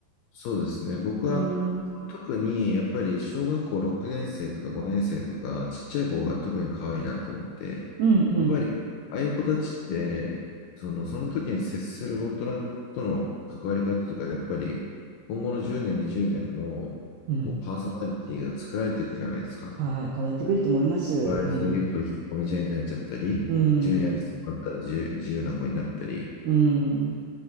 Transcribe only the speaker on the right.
うん、
うん、うん、
うん。
はい、変わってくると思います。
うん。うーん。
うん。